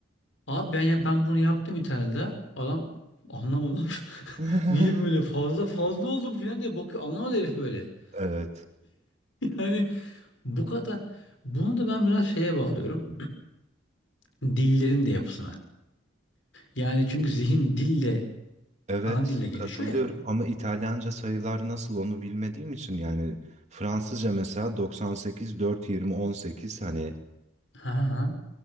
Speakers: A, on the left; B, on the right.
A: abi ben ya ben bunu yaptım İtalya'da. Adam anlamadı. <laughs>
B: <laughs>
A: Niye böyle fazla fazla oldu bu falan diye bakıyor. Anlamadı herif böyle. <laughs>
B: Evet,
A: Yani bu kadar bunu da ben biraz şeye bağlıyorum. Dillerin de yapısına. Yani çünkü zihin dille
B: evet
A: ana dille gelişiyor
B: katılıyorum
A: ya.
B: ama İtalyanca sayılar nasıl onu bilmediğim için yani Fransızca mesela 98 4 20 18 hani
A: Ha, ha.